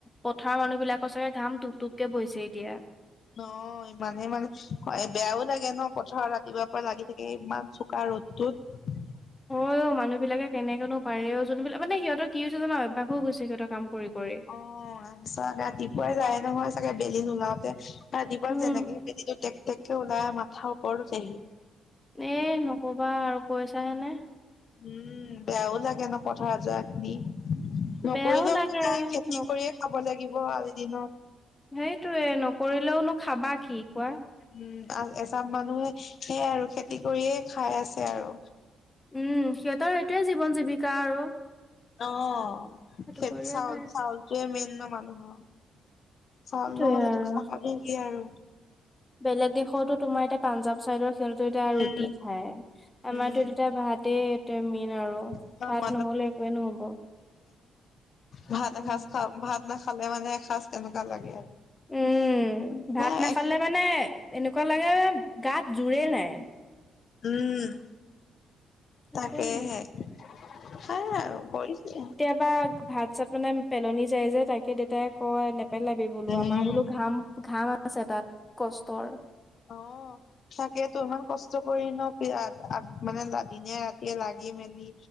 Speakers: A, on the left; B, on the left.
A: পথাৰ মানুহ বিলাকৰ চাগে ঘাম টোপ-টোপকে পৰিছে এতিয়া।
B: নই ইমানেই মানে ক বেয়াও লাগে ন' পথাৰত ৰাতিপুৱাৰ পৰা লাগি থাকে ইমান চোকা ৰ'দটোত
A: হয় অ, মানুহ বিলাকে কেনেকেনো পাৰে অ, যোনবিলাক মানে সিহঁতৰ কি হৈছে জানা অভ্যাস হৈ গৈছে সিহঁতৰ কাম কৰি কৰি।
B: অ' আচ্চা, ৰাতিপুৱাই যায় নহয় চাগে, বেলি নুলাওঁতে। ৰাতিপুৱা
A: উম
B: যেনেকে হে বেলিটো টেক-টেককে ওলাই, মাথাৰ ওপৰত উঠেহি।
A: এ নক'বা আৰু কৈছা হেনে।
B: উম বেয়াও লাগে ন, পথাৰত যোৱা খিনি। নকৰিলেও
A: বেয়াও লাগে
B: <unintelligible> খেতি
A: ন
B: কৰিয়ে খাব লাগিব আজিদিনত।
A: সেইটোয়ে নকৰিলেওনো খাবা কি? কোৱা?
B: উম আ এচাম মানুহে, সেয়াই আৰু খেতি কৰিয়ে খাই আছে আৰু।
A: উম, সিহঁতৰ সেইটোৱে জীৱন-জীৱিকা আৰু।
B: অ,
A: সেইটো
B: সেত
A: কৰিয়ে
B: চাউল,
A: খাই আছে।
B: চাউল সেয়ে মেইন ন মানুহৰ। চাউল
A: সেইটোয়ে
B: নহ'লেতো
A: আৰু
B: খাবা নো কি আৰু।
A: বেলেগ দেশৰতো তোমাৰ এতিয়া পাঞ্জাব চাইডৰ সিতৰটো এতিয়া ৰুটি
B: উম,
A: খাই, আমাৰতো
B: উম।
A: এতিয়া ভাতে এ মেইন আৰু।
B: <unintelligible>
A: ভাত নহ'লে একোৱে নহ'ব।
B: ভাত
A: উম
B: এসাঁজ খাওক ভাত নাখালে মানে এসাঁজ কেনেকুৱা লাগে!
A: উম, ভাত
B: এ
A: নাখালে
B: এইখিনি
A: মানে এনেকুৱা লাগে গাত জোৰেই নাই।
B: উম।
A: তাকেহে
B: তাকেই হে। খাই আৰু কৰিছে
A: কিবা ভাত-চাত মানে পেলনি যায় যে, তাকে দে তাই কয় নেপেলাবি বোলো
B: উম
A: আমাৰ বোলো ঘাম, ঘাম আছে তাত, কষ্টৰ।
B: অ। তাকেতো ইমান কষ্ট কৰি ন' মানে দিনে-ৰাতিয়ে লাগি মেলি